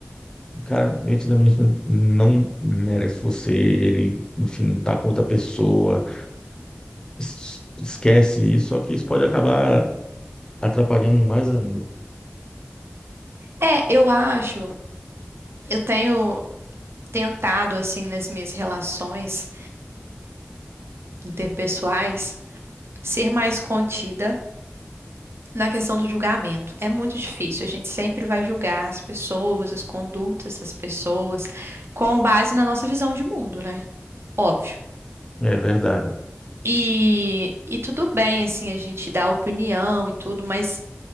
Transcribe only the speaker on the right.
É, eu acho, eu tenho tentado assim nas minhas relações interpessoais ser mais contida Na questão do julgamento, é muito difícil. A gente sempre vai julgar as pessoas, as condutas das pessoas, com base na nossa visão de mundo, né? Óbvio.
E, e tudo bem, assim, a gente dá opinião e tudo, mas